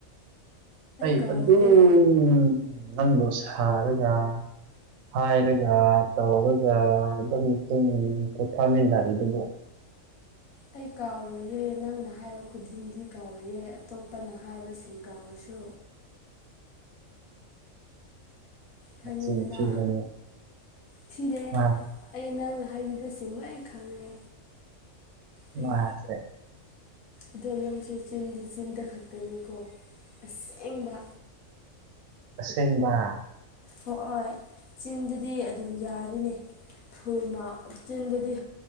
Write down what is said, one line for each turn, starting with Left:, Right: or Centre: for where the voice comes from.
Right: ꯑꯩ
Left: ꯀꯥꯎꯔꯣꯏꯌꯦ
Right: ꯑꯗꯨ ꯎꯝ ꯅꯪꯗꯣ ꯁꯥꯔꯒ ꯍꯥꯏꯔꯒ ꯇꯧꯔꯒ ꯑꯗꯨꯝ ꯄꯣꯊꯥꯃꯤꯟꯅꯔꯤꯗꯨꯕꯨꯣ
Left: ꯑꯩ ꯀꯥꯎꯔꯌꯦ ꯅꯪꯅ ꯍꯥꯏꯕ ꯈꯨꯗꯤꯡꯗꯤ ꯀꯥꯎꯔꯌꯦ ꯑꯇꯣꯞꯄꯅ ꯍꯥꯏꯕꯁꯤ ꯀꯥꯎꯔꯁꯨ ꯈꯪꯉꯗꯅ
Right: ꯃꯆꯤꯟ ꯊꯤꯕꯅꯤ
Left: ꯊꯤꯔꯦ
Right: ꯃꯥ
Left: ꯑꯩ ꯅꯪꯅ ꯍꯥꯏꯕꯤꯕꯕꯁꯤꯃ ꯑꯩ ꯈꯪꯉꯦ ꯎꯝ
Right: ꯃꯥꯁꯦ
Left: ꯑꯗꯣ ꯅꯪꯁꯦ ꯆꯤꯟꯗꯤ ꯆꯤꯟꯗ ꯈꯛꯇꯅꯤꯀꯣ ꯑꯁꯦꯡꯕ
Right: ꯑꯁꯦꯡꯕ
Left: ꯍꯣꯏꯣꯏ ꯆꯤꯟꯗꯗꯤ ꯑꯗꯨꯝ ꯌꯥꯔꯤꯅꯦ ꯊꯨꯃ ꯆꯤꯟꯗꯗꯤ